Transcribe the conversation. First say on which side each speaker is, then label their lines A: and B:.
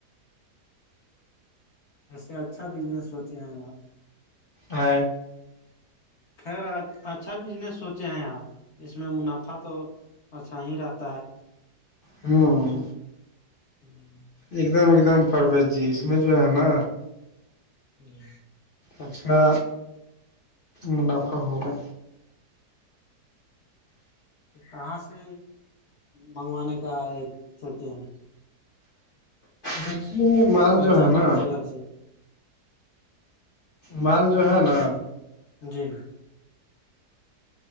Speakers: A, on the left; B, on the left.
A: ایسے اچھا بزنس سوچے ہیں آپ
B: ہ
A: خیر اچھا بزنس سوچے ہیں آپ اس میں منافع تو اچھا ہی رہتا ہے
B: ہاں
A: ہوں
B: ایک دم ایک دم پرویز جی اس میں جو ہے نا
A: جی
B: اچھا منافع ہوگا
A: کہاں سے منگوانے کا ایک سوچے ہم
B: دیکھیے مال
A: کون
B: جو
A: سا
B: ہے
A: ہول
B: نا
A: سیلر سے
B: مال جو ہے نا
A: جی